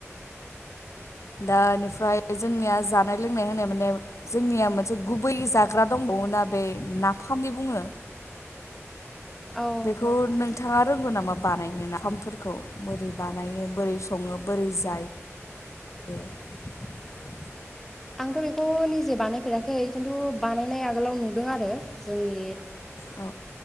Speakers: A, on the left; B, in the centre.
A: दा बेनिफ्राय जोंनिया जानाय लोंनाय होननाय माने जोंनिया मोनसे गुबै जाग्रा दंबावोना बे नाफामदि बुङो।
B: औ
A: बेखौ
B: नाफाम
A: नोंथाङा रोंगौ नामा बानायनो नाफामफोरखौ बोरै बानायो बोरै सङो, बोरै जायो? <unintelligible>
B: आंथ' बेखौ निजे बानायफेराखै खिन्थु बानायनाय आगोलाव नुदों आरो जोंनि
A: औ